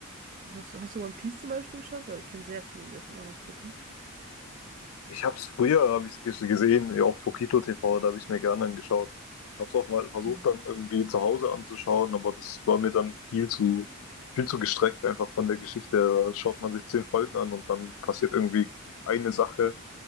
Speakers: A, on the right (about 35°); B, on the left (about 70°).
A: Hast, du- hast du One Piece zum Beispiel geschaut? Weil ich kenne sehr viele, die das immer noch gucken.
B: ich habe es früher, habe ich es gesehen, ja, auf Pokito TV, da habe ich es mir gerne angeschaut. Habe es auch mal versucht
A: Mhm.
B: dann irgendwie zu Hause anzuschauen, aber das war mir dann viel zu, viel zu gestreckt einfach von der Geschichte. her. Da schaut man sich zehn Folgen an und dann passiert irgendwie eine Sache,